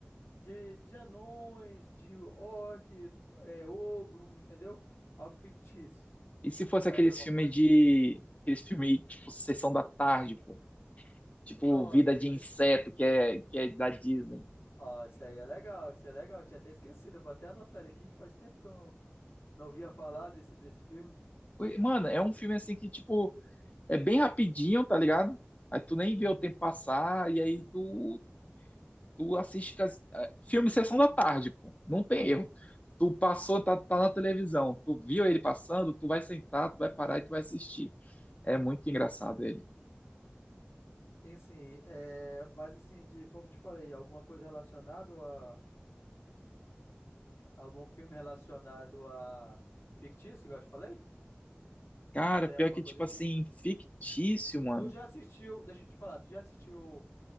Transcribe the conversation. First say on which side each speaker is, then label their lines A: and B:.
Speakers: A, on the left; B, on the left.
A: de, de anões, de orc, é, ogro, entendeu? Algo fictício.
B: E se fosse
A: Conhece
B: aqueles
A: alguma
B: filme
A: coisa?
B: de... Aqueles filme, tipo, Sessão da Tarde, pô. Tipo,
A: Pronto.
B: Vida de
A: é,
B: Inseto, que é, que é da Disney.
A: Ó, isso aí é legal, isso é legal. Eu tinha até esquecido. Eu vou até anotar ele aqui, que faz tempo que eu não, não ouvia falar desse, desse filme.
B: Ui, Mano, é um filme, assim, que, tipo, é bem rapidinho, tá ligado? Aí tu nem
A: Uhum.
B: vê o tempo passar, e aí tu Tu assiste cas- ah, filme Sessão da Tarde, pô. Não tem erro. Tu passou, tá, tá na televisão, tu viu ele passando, tu vai sentar, tu vai parar e tu vai assistir. É muito engraçado ele.
A: Sim, sim. É, mas assim, de como eu te falei, alguma coisa relacionada a, algum filme relacionado a fictício, igual eu te falei?
B: Cara,
A: Tu tem
B: pior
A: alguma
B: que,
A: coisa
B: tipo
A: aí
B: assim,
A: de.
B: fictício, mano.
A: Tu já assistiu, deixa eu te falar, tu já assistiu.